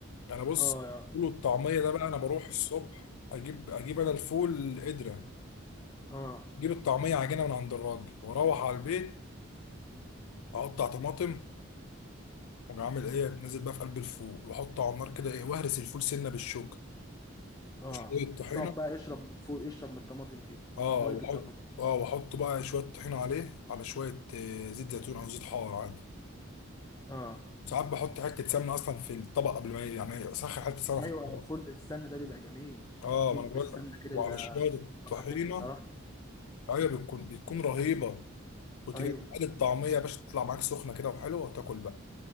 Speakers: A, on the left; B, on the left.
A: انا بص
B: اه اه
A: الفول والطعميه ده بقى انا بروح الصبح اجيب اجيب انا الفول قدره
B: اه
A: اجيب الطعميه عجينه من عند الراجل واروح على البيت اقطع طماطم واجي عامل ايه نازل بقى في قلب الفول واحطه على النار كده ايه واهرس الفول سنه بالشوكه
B: اه
A: وشويه طحينه
B: تقعد بقى اشرب من الفول اشرب من الطماطم كده
A: اه
B: ميه
A: واحط
B: الطماطم
A: اه واحط بقى شويه طحينه عليه على شويه آه، زيت زيتون او زيت حار عادي
B: اه
A: ساعات بحط حته سمنه اصلا في الطبق قبل ما ي- يعني اسخن حته سمنه
B: ايوه
A: في الطبق
B: الفول بالسمنه ده بيبقى جميل
A: اه
B: الفول
A: ما انا
B: بالسمنه
A: بقول لك
B: كده
A: وعلى
B: بيبقى
A: شويه الطحينه
B: خطير بصراحه
A: ايوه بتكون بتكون رهيبه وتجي
B: ايوه
A: تقلي الطعميه يا باشا تطلع معاك سخنه كده وحلوه وتاكل بقى